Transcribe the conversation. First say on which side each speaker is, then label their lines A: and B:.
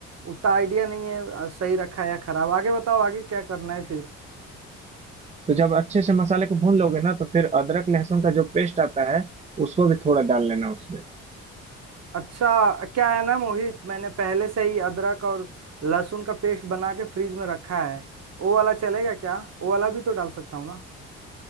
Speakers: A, on the right (about 50°); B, on the right (about 20°).
A: उतना आइडिया नहीं है आ, सही रखा है या खराब आगे बताओ आगे क्या करना है फिर
B: तो जब अच्छे से मसाले को भून लोगे ना तो फिर अदरक लहसुन का जो पेस्ट आता है उसको भी थोड़ा डाल लेना उसमें
A: अच्छा क्या है ना मोहित मैंने पहले से ही अदरक और लहसुन का पेस्ट बना के फ्रीज में रखा है तो वो वाला चलेगा क्या वो वाला भी तो डाल सकता हूँ ना